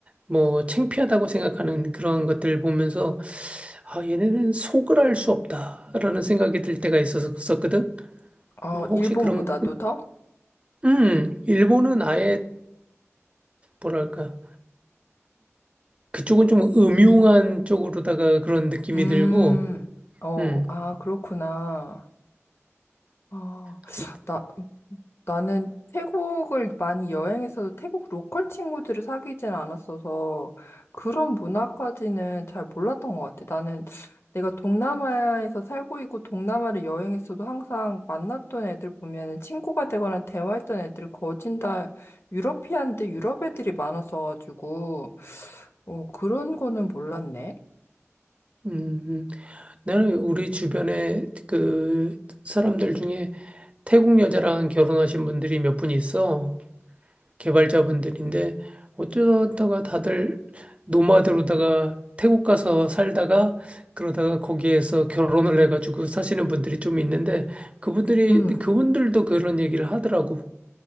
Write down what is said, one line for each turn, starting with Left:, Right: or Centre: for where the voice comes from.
Right: 뭐 창피하다고 생각하는 그런 것들 보면서 아, 얘네는 속을 알 수 없다라는 생각이 들 때가 있었었거든.
Left: 어,
Right: 음, 혹시
Left: 일본보다도
Right: 그런
Left: 더?
Right: 음, 일본은 아예 뭐랄까 그쪽은 좀 음흉한 쪽으로다가 그런 느낌이
Left: 음,
Right: 들고,
Left: 어,
Right: 음,
Left: 아, 그렇구나. 어,
Right: 그,
Left: 나, 나는 태국을 많이 여행해서 태국 로컬 친구들을 사귀진 않았어서 그런 문화까지는 잘 몰랐던 것 같아. 나는 내가 동남아에서 살고 있고 동남아를 여행했어도 항상 만났던 애들 보면은 친구가 되거나 대화했던 애들은 거진 다 유러피안데 유럽 애들이 많았어가지고 어, 그런 거는 몰랐네.
Right: 음, 음. 나는 우리 주변에 그 사람들 중에 태국 여자랑 결혼하신 분들이 몇 분 있어. 개발자분들인데 어쩌다가 다들 노마드로다가 태국 가서 살다가 그러다가 거기에서 결혼을 해가지고 사시는 분들이 좀 있는데 그분들이
Left: 음.
Right: 그분들도 그런 얘기를 하더라고.